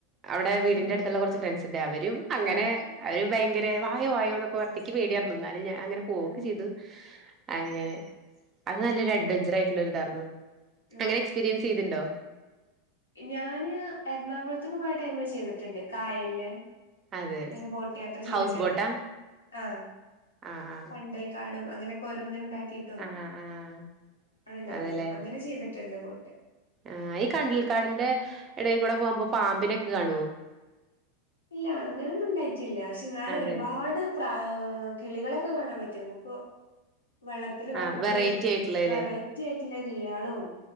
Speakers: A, on the right; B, on the left.
A: അഒടെ വീട്ന്റെ
B: ഫ്രണ്ട്സ്
A: അട്ത്ത്ള്ള കൊർച്ച് ഫ്രണ്ട്സ് ണ്ട് അവരും അങ്ങനെ
B: ആഹ്
A: അവര് ഭയങ്കര വായോ വായോ ന്നൊക്കെ ഒറ്റക്കി പേടിയ്ര്ന്നു ന്നാലും ഞാ അങ്ങനെ പോവൊക്കെ
B: ആഹ്
A: ചെയ്ത്. അങ്ങനെ അത് നല്ലൊരു
B: ആഹ്
A: അഡ്വെഞ്ചർ ആയിട്ടുള്ളരു താരുന്നു.
B: ആഹ്
A: അങ്ങനെ എക്സ്പീരിയൻസ് ചെയ്തിണ്ടോ?
B: ഞാന് എർണാകൊൾത്ത്ക്ക് പോയ ടൈമില് ചെയ്തിട്ട്ണ്ട് കായല്ല്.
A: അതെ
B: ങ്ങനെ ബോട്ട് യാത്ര ചെയ്ത്ട്ട്ണ്ട്
A: ഹൗസ് ബോട്ടാ
B: ആഹ്
A: ആഹ്
B: കണ്ടൽ കാടും അങ്ങനെ കൊരങ്ങൻ ണ്ടാക്കിട്ടും
A: ആഹ് ആഹ്
B: അത് ണ്ടാവല്ലോ
A: അതെല്ലേ
B: അങ്ങനെചെയ്ത്ട്ട്ണ്ട് ബോ
A: ആഹ് ഈ കണ്ടൽക്കാട്ന്റെ എടയിൽ ക്കൂടെ പോകുമ്പോ പാമ്പ്നക്കെ കാണോ?
B: ഇല്ല അങ്ങനെന്നും ണ്ടായിട്ടില്ല ക്ഷെ ന്നാലും
A: അതെ
B: ഒര്പാട് ത്രാ ഹ് കിളികളെക്കെ കാണാൻ പറ്റോ? മ്മുക്ക് വെള്ളത്തി ഇതാക്കണതും
A: ആഹ് വെറൈറ്റി ആയിട്ടുള്ളല്ലേ
B: വെറൈ <unintelligible> കിളിയാളും